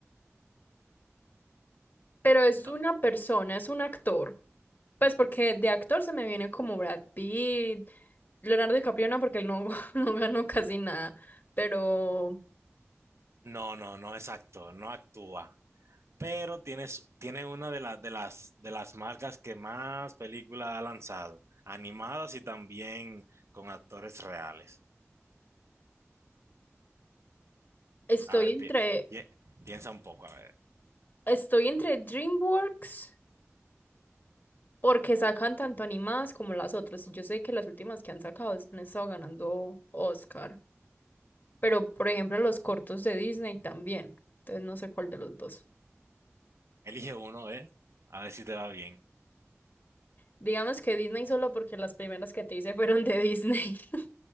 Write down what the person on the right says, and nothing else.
Y No,
no, no, no es actor, no actúa. pero tienes, tiene una de, la- de las, de las marcas que más películas ha lanzado, animadas y también con actores reales.
A ver,
pi- pi- piensa un poco, a ver.
Elige uno, ¿eh? A ver si te va bien.